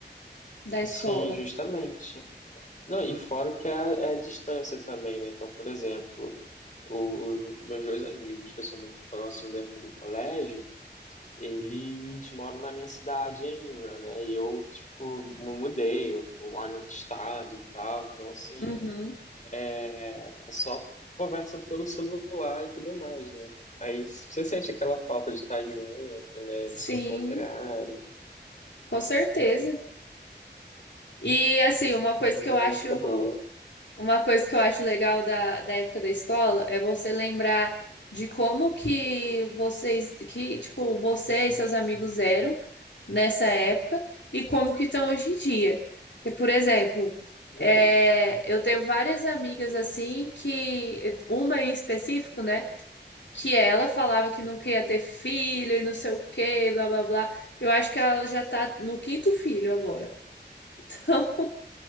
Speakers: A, on the left; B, on the left.
A: Da escola.
B: sim, justamente. Não, e fora que é, é a distância também, né? Então, por exemplo, os meus dois amigos, que eu sou muito próximo da época do colégio, eles moram na minha cidade ainda, né? E eu, tipo, me mudei, eu eu moro em outro estado e tal. Então, assim.
A: Uhum.
B: é só conversa pelo celular e tudo mais, né? Aí você sente aquela falta de estar junto, né? De
A: Sim,
B: se encontrar e
A: com certeza. E assim, uma coisa
B: não,
A: que eu acho,
B: não acabou.
A: uma coisa que eu acho legal da, da época da escola é você lembrar de como que vocês, que tipo, você e seus amigos eram nessa época e como que estão hoje em dia. Porque, por exemplo,
B: Uhum.
A: é, eu tenho várias amigas assim que, uma em específico, né? Que ela falava que não queria ter filho e não sei o quê, blá blá blá. Eu acho que ela já tá no quinto filho agora. <laughs>